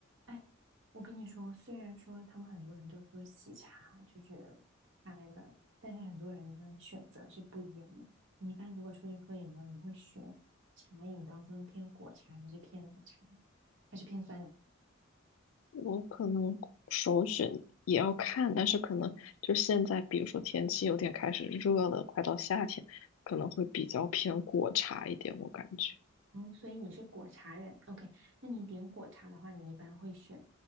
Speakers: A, on the right (about 60°); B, on the left (about 75°).
A: 哎，我跟你说，虽然说他们很多人都说喜茶就是开了，但是很多人的选择是不一样的。你一般如果出去喝饮料，你会选茶饮当中偏果茶还是偏奶茶，还是偏酸奶？
B: 我可能首选也要看，但是可能就现在，比如说天气有点开始热了，快到夏天，可能会比较偏果茶一点。我感觉
A: 哦，所以你是果茶人。OK，那你点果茶的话，你一般会选，